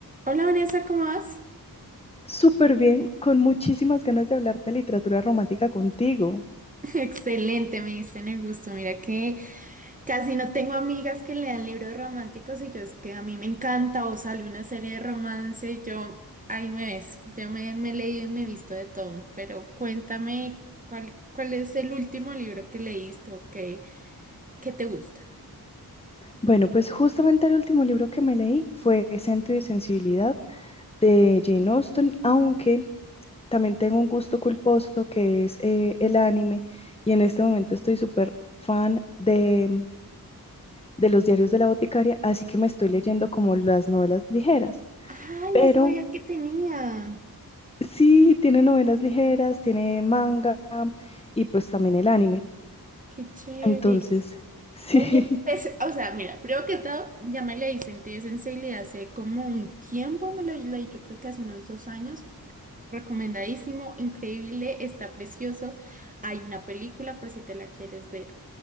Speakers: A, on the right (about 20°); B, on the left (about 15°).
A: Hola Vanessa, ¿cómo vas?
B: Súper bien, con muchísimas ganas de hablar de literatura romántica contigo.
A: <laughs> Excelente, me diste en el gusto. Mira que casi no tengo amigas que lean libros románticos y yo es que a mí me encanta o sale una serie de romance y yo ahí me ves. Yo me, me he leído y me he visto de todo, pero cuéntame cuál, cuál es el último libro que leíste o qué, qué te gusta.
B: Bueno, pues justamente el último libro que me leí fue Sentido y Sensibilidad de Jane Austen, aunque también tengo un gusto culposo que es eh, el anime y en este momento estoy súper fan de, de los diarios de la boticaria, así que me estoy leyendo como las novelas ligeras.
A: Ah,
B: Pero
A: no sabía que tenía.
B: sí, tiene novelas ligeras, tiene manga y pues también el anime.
A: Qué chévere.
B: Entonces, sí.
A: Oye, pues, o sea, mira, primero que todo, ya me leí Sentido y Sensibilidad hace como un tiempo, me lo leí, yo creo que hace unos dos años. Recomendadísimo, increíble, está precioso. Hay una película por si te la quieres ver.